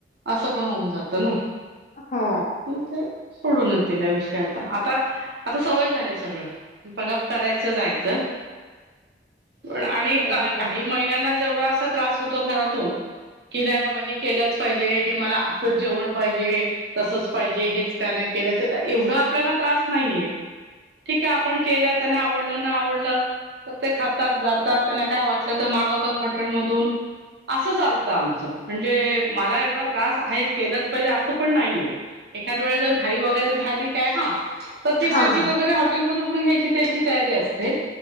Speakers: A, on the right; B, on the left.
A: असं पण होऊन जात तण
B: हो
A: म ते सोडूनच दिल्या विषय आता आता आता सवय झालीय सगळं बघा करायचं जायचं प आणि
B: हो
A: काही महिलांना जेवढं असं त्रास होत घरातून क नाही बाबा हे केलंच पाहिजे हे म अस जेवण पाहिजे तसच पाहिजे हेच का नाही केल्याच एवढा आपल्याला त्रास नाहीये ठीके आपण केलं त्यांना आवडलं न आवडलं तर ते खातात जातात त्यांना काय वाटलं तर मागवतात हॉटेलमधून असं चालतं आमच म्हणजे मला एवढा त्रास आहे केलंच पाहिजे असं पण नाहीये एखाद वेळे जर घाई वगैरे झाली काय हा तर ती भाजी
B: हां हां
A: वगैरे हॉटेलमधून पण घ्यायची त्यांची तयारी असते